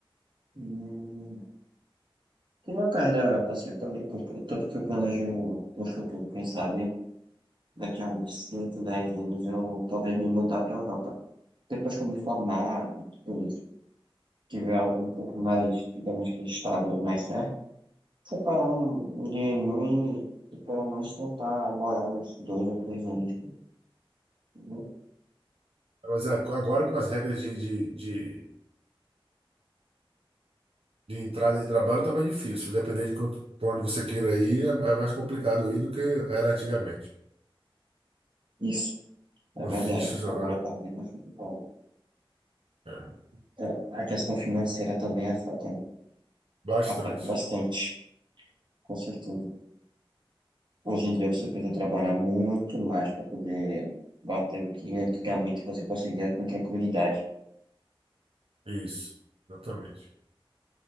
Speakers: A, on the right; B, on the right.
A: Hum, Por locais da Europa, assim, eu também curto, tanto que eu planejo no futuro, quem sabe, daqui a uns 5 10 anos eu talvez me mudar para a Europa. Depois que eu me formar e tudo isso, tiver algo um pouco mais, digamos que estável, e mais certo, separar um, um dinheirinho e, e pelo menos tentar morar uns dois ou três anos. né?
B: Mas é, agora com as regras de, de, de, de entrada de trabalho tá mais difícil. Depender de quanto, pra onde você queira ir, é é mais complicado ir do que era antigamente.
A: Isso,
B: Os
A: é verdade.
B: vistos agora.
A: Agora tá bem mais complicado.
B: É,
A: É, A questão financeira também afeta, né?
B: bastante.
A: Afeta bastante, com certeza. Hoje em dia você precisa trabalhar muito mais para poder bater o que antigamente você conseguia com tranquilidade.
B: É, isso, exatamente.